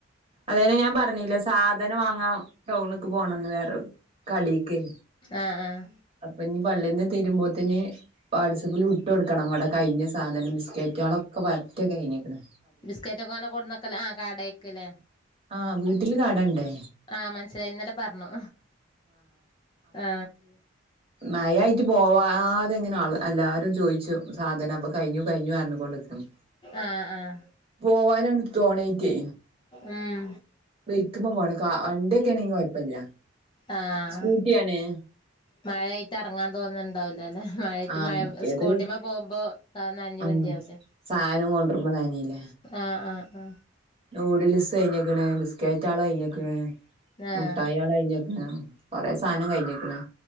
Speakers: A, on the right (about 30°); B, on the left (about 25°).
A: അതേന് ഞാൻ പറഞ്ഞില്ലേ സാധനം വാങ്ങാ ടൗണ്ക്ക് പോണന്ന് വേറ കടേക്ക്
B: ആഹ് ആഹ്
A: അപ്പോ ഇനി പള്ളീന്ന് തീരുമ്പോത്തിന് വാട്സപ്പില് വിട് ഇട്ട് കൊടുക്കണം ഇവിടെ കഴിഞ്ഞ സാധനം ലിസ്റ്റയക്കാനൊള്ള ഒക്കെ പര് റ്റ കയിഞ്ഞേക്കണ്.
B: ബിസ്കറ്റ് ഒക്കെ നല്ല കൊണ്ടുവക്കലാ ആ കടേക്ക്‌ലെ
A: ആഹ് വീട്ടില് കട ഇണ്ടേ.
B: ആ മനസ്സിലായി ഇന്നലെ പറഞ്ഞു ആ
A: മയ ആയിട്ട് പോവാ ഇതെങ്ങനെ അള് എല്ലാരും ചോയി സാധനം അപ്പ കഴിഞ്ഞു കഴിഞ്ഞു പറഞ്ഞ് കൊണ്ട് നിക്ക്‌ന്ന്
B: ആഹ് ആഹ്
A: പോവൻ ഇതാണ് തോണയ് ക്ക്‌
B: ഉം
A: ബൈക്ക് ഇപ്പ പോണ് കാ വണ്ടിയൊക്കൊണെങ്കി കൊയപ്പില്ല
B: ആഹ്
A: സ്കൂട്ടിയാണ്.
B: മഴയായിട്ട് എറങ്ങാൻ തോന്നുന്നുണ്ടാവില്ലല് മഴയായിട്ട്
A: ആഹ്
B: മഴ
A: മറ്റേത്
B: സ്കൂട്ടിമ്മ പോകുമ്പോ ത നനഞ്ഞ്
A: ഉം
B: പിണ്ടിയാകട്ടെ,
A: സാധനം കൊണ്ടരുമ്പോ നനീല്ലേ
B: ആ ആ ആ
A: നൂഡിൽസ് കഴിഞ്ഞേക്കണ് ബിസ്കറ്റാള് കഴിഞ്ഞേക്കണ്.
B: ആഹ് ആഹ്
A: മുട്ടായാള് കഴിഞ്ഞേക് <unintelligible> കൊറെ സാനം കഴിഞ്ഞേക്കണ്.